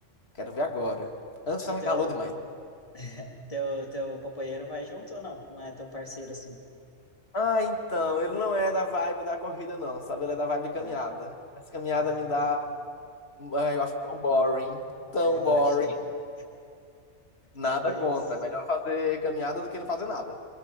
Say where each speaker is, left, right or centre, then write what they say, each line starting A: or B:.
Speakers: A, on the left (about 55°); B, on the left (about 30°).
A: quero ver agora. Antes
B: E
A: tava
B: teu,
A: calor demais.
B: <clears throat> <laughs> teu, teu companheiro vai junto ou não? Não é tão parceiro assim?
A: Ah, então, ele não é da vibe da corrida, não, sabe? Ele é da vibe caminhada.
B: Ah,
A: Mas caminhada
B: ah,
A: me dá.
B: tá.
A: Ai, eu acho tão boring. Tão
B: Eu
A: boring.
B: acho também.
A: Nada
B: É bem
A: contra.
B: isso.
A: É melhor fazer caminhada do que não fazer nada.